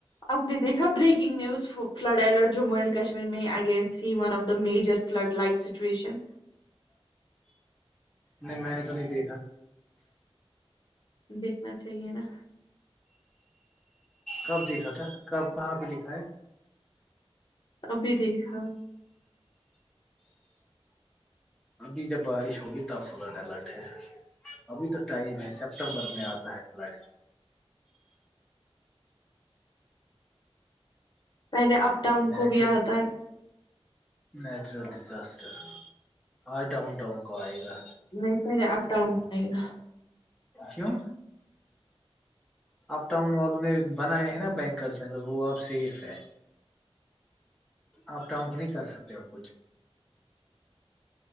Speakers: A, on the left; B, in the centre.
A: آپ نے دیکھا breaking news flood alert Jammu and Kashmir میں again see one of the major flood like situation
B: نہیں میں نے تو نہیں دیکھا
A: دیکھنا چاہیے نا
B: کب دیکھا تھا کب کہاں پہ لکھا ہے
A: ابھی دیکھا
B: ابھی جب بارش ہوگی تب فلٹ الٹ ہے ابھی تو ٹائم ہے سپٹمبر میں آتا ہے فلڈ
A: پہلے اپ ڈاؤن
B: نیچر
A: کو بھی آتا ہے
B: نیچرل ڈیزاسٹر ہاں ڈاؤن ٹاؤن کو آئے گا
A: نہیں پہلے اپ ڈاؤن جائے گا
B: کیوں آپ ٹاؤن والوں نے بنائے ہیں نا بینکرس میں تو وہ آپ سیف ہے آپ ٹاؤن کو نہیں کر سکتے اب کچھ